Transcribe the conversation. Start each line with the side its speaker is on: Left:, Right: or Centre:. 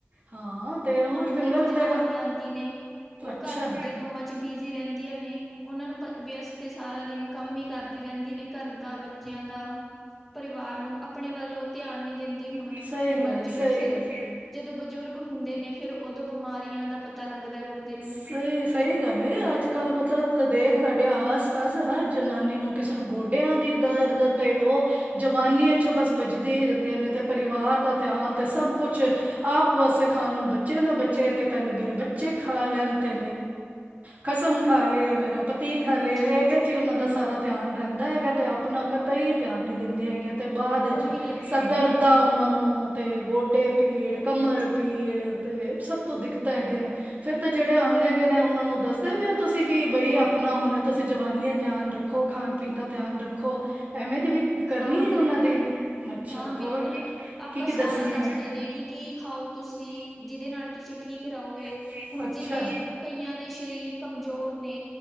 Right: ਹਾਂ ਤੇ ਹੋਰ
Centre: ਹੁਣ ਬਹੁਤ
Right: ਚੰਗਾ ਲੱਗਦਾ
Centre: ਜਨਾਨੀਆਂ ਆਦੀ ਨੇ ਉਹ
Right: ਅੱਛਾ
Centre: ਘਰ ਦੇ ਕੰਮਾਂ ਚ ਬਿਜ਼ੀ ਰਹਿੰਦੀਆਂ ਨੇ ਉਹਨਾਂ ਨੂੰ ਪ ਵਿਅਸਤ ਤੇ ਸਾਰਾ ਦਿਨ ਕੰਮ ਹੀ ਕਰਦੀ ਰਹਿੰਦੀ ਨੇ ਘਰ ਦਾ ਬੱਚਿਆਂ ਦਾ ਪਰਿਵਾਰ ਨੂੰ ਆਪਣੇ ਵੱਲ ਉਹ ਧਿਆਨ ਨਹੀਂ ਦਿੰਦੀ ਹੁਣ
Right: ਸਹੀ
Centre: ਉਮਰ
Right: ਗੱਲ ਹੈ
Centre: ਚ
Right: ਸਹੀ
Centre: ਫਿਰ
Right: ਗੱਲ
Centre: ਜਦੋਂ ਬਜ਼ੁਰਗ ਹੁੰਦੇ ਨੇ ਫਿਰ ਉਦੋਂ ਬਿਮਾਰੀਆਂ ਦਾ ਪਤਾ ਲੱਗਦਾ ਹੈ ਬੰਦੇ ਨੂੰ
Right: ਸਹੀ ਸਹੀ ਗੱਲ ਅੱਜ ਕੱਲ੍ਹ ਮਤਲਬ ਦੇਖ ਸਾਡੇ ਆਸ ਪਾਸ ਹਰ ਜਨਾਨੀ ਨੂੰ ਕਿਸੇ ਨੂੰ ਗੋਡਿਆਂ ਦੀ ਦਰਦ ਤੇ ਉਹ ਜਵਾਨੀ ਚੋਂ ਬਸ ਭੱਜਦੀਆਂ ਹੀ ਰਹਿੰਦੀਆਂ ਨੇ ਤੇ ਪਰਿਵਾਰ
Centre: ਹਾਂ
Right: ਦਾ ਧਿਆਨ ਤੇ ਸਭ ਕੁਛ ਆਪ ਵਾਸੇ ਖਾਣ ਨੂੰ ਬੱਚੇ ਨਾ ਬਚੇ ਤੇ ਪਹਿਲੇ ਮੇਰੇ ਬੱਚੇ ਖਾ ਲੈਣ ਤੇ ਖਸਮ ਖਾ ਲੇ ਮੇਰਾ ਪਤੀਰ ਖਾਦੇ
Centre: ਹਾਂ
Right: ਇਹਦੇ ਚ ਹੀ ਉਹਨਾਂ ਦਾ ਸੁ ਸਾਰਾ ਧਿਆਨ ਰਹਿੰਦਾ ਹੈਗਾ ਤੇ ਆਪਣਾ ਕਤੇ ਹੀ ਧਿਆਨ ਨਹੀ ਦਿੰਦੇ ਹੈਗੀ ਆਂ। ਅਤੇ ਬਾਅਦ '
Centre: ਉਹੀ ਗੱਲ
Right: ਸਦਰਰ
Centre: ਤੇ ਹੈ
Right: ਦਾ ਉਹਨਾਂ ਨੂੰ ਤੇ ਗੋਡੇ ਪੀੜ ਕਮਰ ਪੀੜ ਤੇ ਸਭ ਤੋਂ ਦਿੱਕਤਾਂ ਹੈਗੇ ਨੇ ਫੇਰ ਤੇ ਜਿਹੜੇ ਆਦੇ ਉਹਨਾਂ ਨੂੰ ਦੱਸਦੇ ਵੀ ਹੋ ਤੁਸੀਂ ਕਿ ਬਈ ਆਪਣਾ ਹੁਣ ਤੁਸੀਂ ਜਵਾਨੀ ਧਿਆਨ ਰੱਖੋ ਖਾਣ ਪੀਣ ਦਾ ਧਿਆਨ ਰੱਖੋ ਐਵੇਂ। ਦੀ ਵੀ ਕਰਨੀ
Centre: ਹਾਂ ਬਿਲਕੁਲ
Right: ਹੈ ਉਹਨਾਂ ਦੀ ਅੱਛਾ
Centre: ਹਾਂ ਬਿਲਕੁਲ
Right: ਹੋਰ
Centre: ਆਪਾਂ
Right: ਕੀ ਕੀ
Centre: ਸਾਰਾ
Right: ਦੱਸਣੀ
Centre: ਦੱਸਦੇ
Right: ਹੈ
Centre: ਨੇ ਕਿ ਕੀ ਖਾਓ ਤੁਸੀਂ ਜਿਹਦੇ ਨਾਲ ਤੁਸੀਂ ਠੀਕ ਰਹੋਗੇ
Right: ਅੱਛ-
Centre: ਹੁਣ
Right: ਅੱਛਾ
Centre: ਜਿਵੇਂ ਕਈਆਂ ਦੇ ਸਰੀਰ ਕਮਜ਼ੋਰ ਨੇ